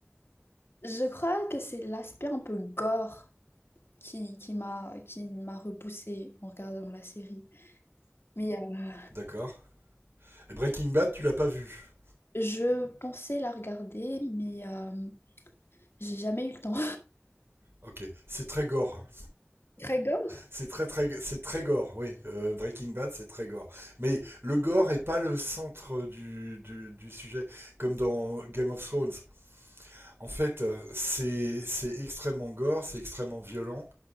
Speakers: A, on the left; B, on the right.
A: Je crois que c'est l'aspect un peu gore qui, qui m'a, qui m'a repoussée en regardant la série. Mais euh,
B: d'accord. Et Breaking Bad, tu l'as pas vu.
A: je pensais la regarder, mais euh, j'ai jamais eu le temps.
B: Ok, c'est très gore. hein.
A: <laughs> Très gore?
B: C'est très très, c'est très gore. Oui, Euh, Breaking Bad, c'est très gore. Mais le gore est pas le centre du, du, du sujet, comme dans Game of Thrones. En fait, euh, c'est c'est extrêmement gore, c'est extrêmement violent.